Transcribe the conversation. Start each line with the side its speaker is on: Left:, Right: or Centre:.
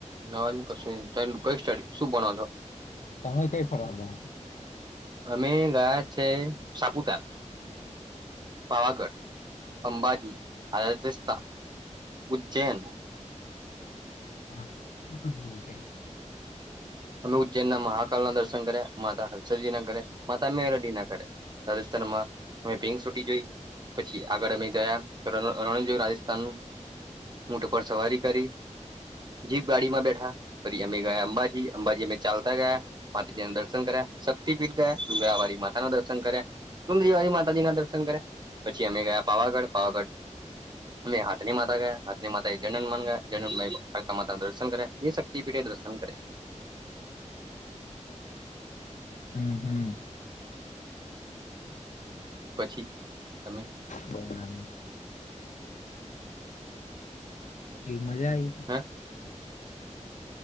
Right: નવાનું કશુઈ ની તમે કઈ સ્ટડી શું ભણો છો?
Left: તમે કઈ ફરવા જાવો
Right: અમે ગયા છે, સાપુતાર પાવાગઢ, અંબાજી, અયોધ્યાયસ્થાન, ઉજ્જૈન
Left: હા શું શું જોયુ તઈ
Right: અમે ઉજ્જૈનના મહાકાળના દર્શન કર્યા માતા હર્ષજી ના કર્યા, માતા મેલડી ના કર્યા રાજસ્થાનમાં તમે પિંક સીટી જોઈ પછી આગળ અમે ગયા રણ રણ જોયુ રાજસ્થાનનું ઉંટ પર સવારી કરી જીભ ગાડીમાં બેઠા પછી અમે ગયા અંબાજી અંબાજી મે ચાલતા ગયા માતાજી ના દર્શન કર્યા શક્તિપીઠ ગયા ડુગરાવારી માતાના દર્શન કર્યા ચુંદડીવારી માતાજી ના દર્શન કર્યા પછી અમે ગયા પાવાગઢ પાવાગઢ અને હાતની માતા ગયા હાતની માતાથી જનન મન ગયા જન માતાના દર્શન કર્યા વિસ શક્તિપીઠે દર્શન કર્યા
Left: હમ હમ
Right: પછી તમે
Left: બરાબર. કેવી મજા આઈ તી
Right: <inaudible>